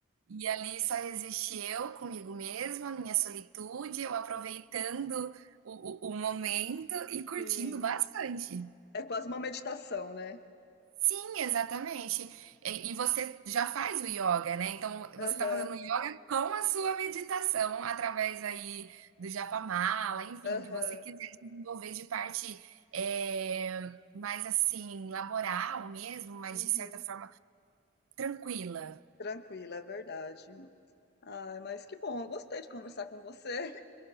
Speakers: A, on the right; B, on the left.
A: e ali só existe eu comigo mesma, minha solitude, eu aproveitando o, o, o momento e curtindo
B: sim.
A: bastante.
B: É quase uma meditação, né?
A: Sim, exatamente. E, e você já faz o yoga, né? Então você
B: Aham,
A: está fazendo o yoga com a sua meditação, através aí do japamala, enfim,
B: aham,
A: o que você quiser desenvolver de parte eh, mais assim, laboral mesmo, mas
B: uhum.
A: de certa forma tranquila.
B: Tranquila, é verdade. Ai, mas que bom, eu gostei de conversar com você.